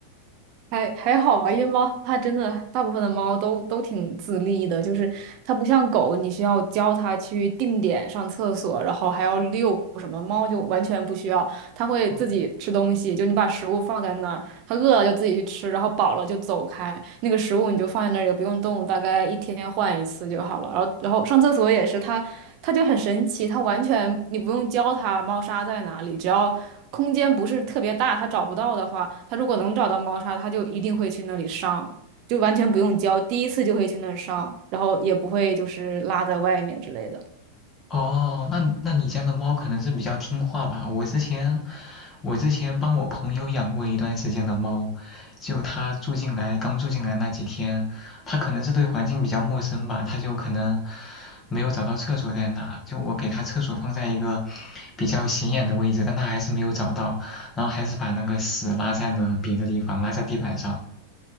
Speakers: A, on the right; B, on the left.
A: 还还好吧，因为猫它真的大部分的猫都都挺自立的，就是它不像狗，你需要教它去定点上厕所，然后还要遛什么，猫就完全不需要。它会自己吃东西，
B: 哦，
A: 就你把食物放在那儿，他饿了就自己去吃，然后饱了就走开。那个食物你就放在那儿也不用动，大概一天换一次就好了。然后，然后上厕所也是，它它就很神奇，它完全你不用教它猫砂在哪里，只要空间不是特别大，它找不到的话，它如果能找到猫砂，它就一定会去那里上，就完全不用教，第一次就会去那儿上，然后也不会就是拉在外面之类的。
B: 哦，那那你家的猫可能是比较听话吧？我之前我之前帮我朋友养过一段时间的猫，就它住进来刚住进来那几天，它可能是对环境比较陌生吧，它就可能没有找到厕所在哪，就我给它厕所放在一个比较显眼的位置，但它还是没有找到，然后还是把那个屎拉在了别的地方，拉在地板上。